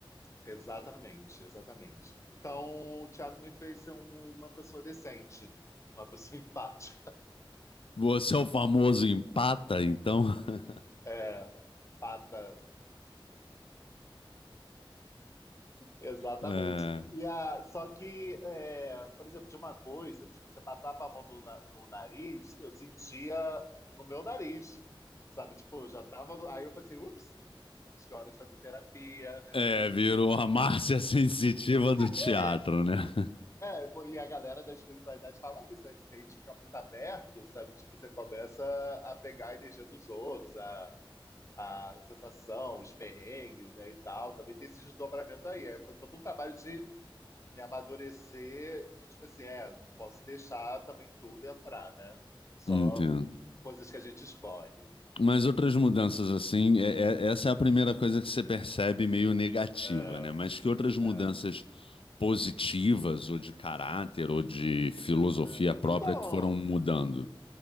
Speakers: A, on the left; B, on the left.
A: Exatamente, exatamente. Então, o teatro me fez ser uma pessoa decente, uma pessoa <laughs> empática,
B: Você é o famoso empata, então? <laughs>
A: é, empata, Exatamente.
B: É,
A: E a, só que, é, por exemplo, tinha uma coisa, tipo, você passava a mão no, na- no nariz, eu sentia no meu nariz, sabe? Tipo, eu já tava. no- Aí eu falei assim, ups, acho que é hora de fazer terapia.
B: é, virou a Márcia <laughs> sensitiva do teatro,
A: É,
B: né?
A: é. pô, E a galera da espiritualidade fala isso, né? Que a gente fica muito aberto, sabe? Tipo, você começa a pegar a energia dos outros, a, a sensação, os perrengues, né, e tal. Também tem esse desdobramento aí. É, foi todo um trabalho de me amadurecer de tipo assim, é, não posso deixar também tudo entrar, né? Só
B: <laughs> Entendo.
A: coisas que a gente escolhe.
B: Mas outras mudanças assim, é- é- essa é a primeira coisa que você percebe meio negativa,
A: É,
B: né? Mas que outras mudanças
A: é,
B: positivas, ou de caráter, ou de filosofia
A: é.
B: própria
A: Então,
B: que foram mudando?